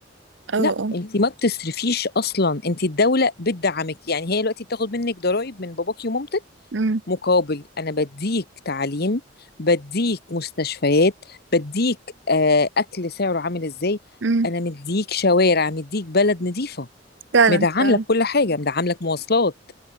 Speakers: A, on the right (about 70°); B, on the left (about 55°).
A: اه
B: لا
A: اه
B: انت ما بتصرفيش اصلا انت الدوله بتدعمك يعني هي دلوقتي بتاخد منك ضرائب من باباكي ومامتك
A: امم
B: مقابل انا بديك تعليم بديك مستشفيات بديك آه اكل سعره عامل ازاي
A: امم
B: انا مديك شوارع مديك بلد نظيفه
A: فعلا
B: مدعم
A: فعلا
B: لك كل حاجه مدعم لك مواصلات